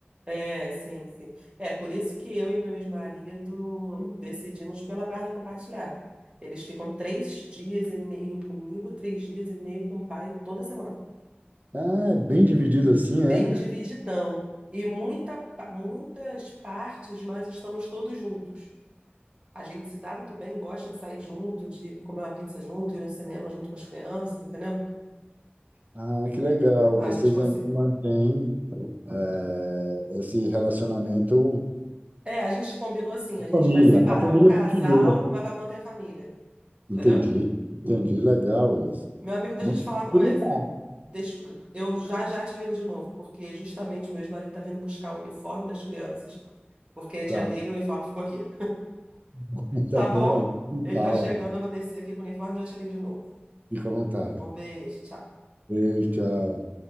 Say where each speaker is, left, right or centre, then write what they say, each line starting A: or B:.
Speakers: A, on the right; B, on the right.
A: É, sim, sim. É por isso que eu e meu ex-marido Hum. decidimos pela guarda compartilhada. Eles ficam três dias e meio comigo, três dias e meio com o pai toda semana.
B: Ah, é bem dividido assim, é?
A: Bem divididão. E muita, pa- muitas partes nós estamos todos juntos. A gente se dá muito bem, gosta de sair junto, de comer uma pizza junto, ir no cinema junto com as crianças, entendeu?
B: Ah, que legal.
A: A
B: Vocês
A: gente consi...
B: ainda mantêm eh, esse relacionamento.
A: É, a gente combinou assim, a gente
B: Família.
A: vai separar
B: A família
A: o casal,
B: continua.
A: mas vai manter a família.
B: Entendi.
A: entendeu?
B: Entendi. Legal isso.
A: Meu amigo, deixa
B: Muito
A: eu te falar
B: maturidade.
A: uma coisa. Deixa- Eu já já te ligo de novo, porque justamente meu ex-marido tá vindo buscar o uniforme das crianças, porque é dia
B: Tá,
A: dele e o uniforme ficou aqui.
B: <laughs> tá
A: Tá
B: bom,
A: bom?
B: a gente
A: Ele
B: fala.
A: tá chegando, eu vou descer aqui com o uniforme e já te ligo de novo.
B: Fica à vontade.
A: Um beijo, tchau.
B: Beijo, tchau.